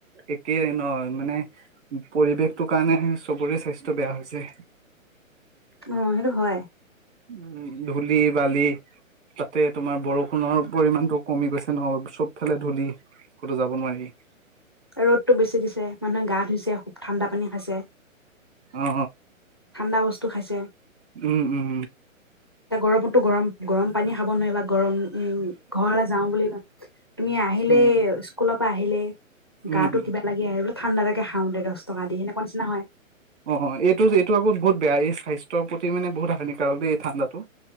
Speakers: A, on the right (about 55°); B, on the left (about 20°).
A: একেই ন মানে পৰিৱেশটো কাৰণে চবৰে স্বাস্থ্য় বেয়া হৈছে।
B: অ সেইটো হয়
A: উ ধূলি বালি তাতে তোমাৰ বৰষুণৰ পৰিমণতটো কমি গৈছে ন চব ফালে ধূলি কতো যাব নোৱাৰি।
B: ৰদতটো বেছি দিছে মানুহে গা ধইছে। ঠাণ্ডা পানী খাইছে
A: অ
B: ঠাণ্ডা বস্তু খাইছে
A: উম উম
B: এতিয়া গৰমত তো গৰম গৰম পানী খাব নোৱাৰি বা গৰম উ ঘৰলে যাওঁ বুলি ক তুমি আহিলে
A: উম
B: স্কুলত আহিলে
A: উম
B: গাটো
A: উম
B: কিবা লাগি আহে বোলে ঠাণ্ডা লাগে খাওঁ দে দহ টকা দি সেনেকুৱা নিচিনা হয়।
A: অ এইটো এইটো আকৌ বহুত বেয়া এই স্বাস্থ্যৰ প্ৰতি মানে বহুত হানিকাৰক দেই এই ঠাণ্ডাটো